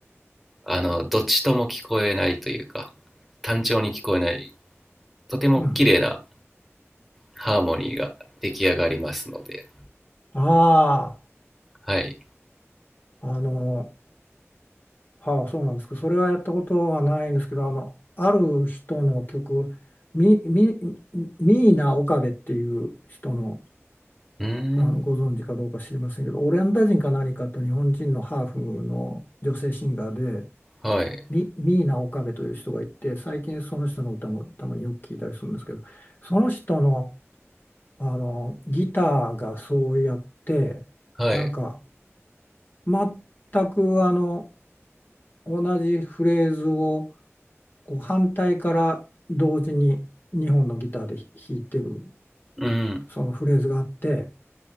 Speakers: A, in the centre; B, on the left.
A: う、あの、どっちとも聞こえないというか、単調に聞こえない、とても綺麗な
B: うん。
A: ハーモニーが出来上がりますので、
B: あ
A: はい。
B: あ、あの、はあ、そうなんですけど、それはやったことはないんですけど、あの、ある人の曲、み、み、ミーナ・オカベっていう人の、
A: うーん、
B: あの、ご存知かどうか知りませんけど、オランダ人か何かと日本人のハーフの女性シンガーで、
A: はい、
B: ミ、ミーナ・オカベという人がいて、最近その人の歌もたまによく聞いたりするんですけど、その人の、あのギターがそうやって、
A: はい、
B: なんか、全くあの、同じフレーズをこう反対から同時に2本のギターで弾いてる
A: うん、
B: そのフレーズがあって